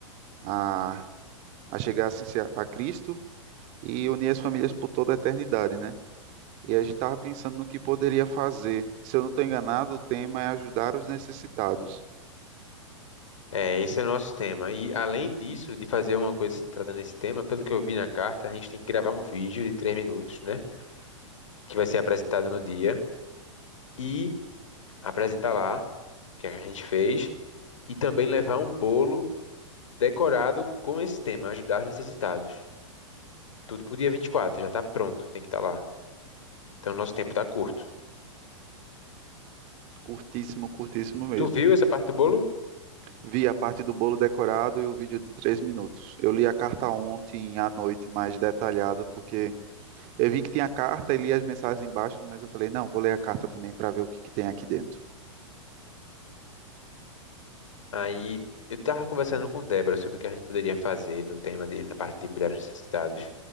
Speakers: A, on the right; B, on the left.
A: a, a chegar assim, a Cristo e unir as famílias por toda a eternidade, né? e a gente estava pensando no que poderia fazer. Se eu não estou enganado, o tema é ajudar os necessitados.
B: É, esse é o nosso tema. E além disso, de fazer uma coisa centrada nesse tema, pelo que eu vi na carta, a gente tem que gravar um vídeo de três minutos, né? Que vai ser apresentado no dia e apresentar lá o que a gente fez e também levar um bolo decorado com esse tema, ajudar os necessitados. Tudo pro dia 24. já tá pronto, tem que estar lá. Então, nosso tempo tá curto.
A: Curtíssimo, curtíssimo mesmo.
B: Tu viu essa parte do bolo?
A: Vi a parte do bolo decorado e o vídeo de três minutos. Eu li a carta ontem à noite mais detalhada, porque eu vi que tinha a carta e li as mensagens embaixo, mas eu falei, não, vou ler a carta também para ver o que que tem aqui dentro.
B: Aí eu estava conversando com Débora sobre o que a gente poderia fazer no tema de, da parte de cuidar dos necessitados.